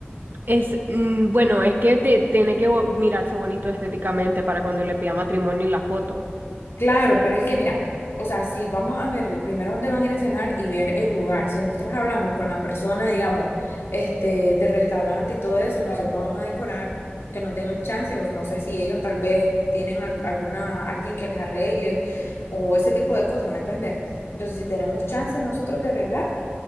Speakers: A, on the right (about 50°); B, on the left (about 85°).
A: es, mm, bueno, es que te, tiene que bo- mirarse bonito estéticamente para cuando le pida matrimonio en la foto.
B: Claro, pero es que mira, o sea, si vamos a ver el primero dónde van a ir a cenar y ver el lugar, si nosotros hablamos con la persona, digamos, este, del restaurante y todo eso, nosotros vamos a decorar, que nos den un chance, o no sé si ellos tal vez tienen al- alguna, alguien que les arregle o ese tipo de cosas, ¿me entiendes? Entonces, si tenemos chance nosotros de arreglar,